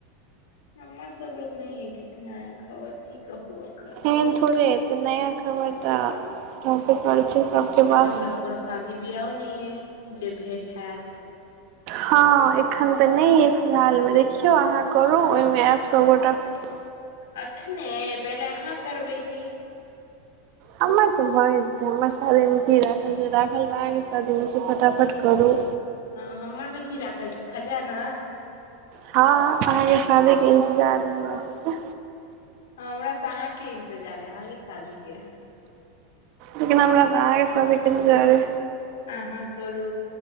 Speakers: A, on the left; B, on the right.
A: हमर सब लग नै अइ किछु नया खबर, की कहू आब।
B: एहेन थोड़े तऽ नया खबर तऽ रहबे करै छै। सबके पास
A: एखन तऽ ककरो शादी बिियो नहि अ जे भेट होत
B: हँ एखन तऽ नय अय फिलहाल में <unintelligible> अहाँ करू ओहिमे ऐब सभगोटा फेर
A: अखने पहिले अहाँ करबै की।
B: हमर तऽ भए जेतै। हमर शादीमे की राखल छै। राखल तऽ अहाँके शादीमे छै। फटाफट करू
A: हँ, हमरमे की राखल छै? खजाना?
B: हँ अहाँके शादीके इन्तजार अइ हमरा सबके।
A: हमरा त अहाँके इन् इन्तजार अइ अहाँके शादीके।
B: लेकिन हमरा त अहाँके शादीके इंतजार अइ।
A: अहाँ करू।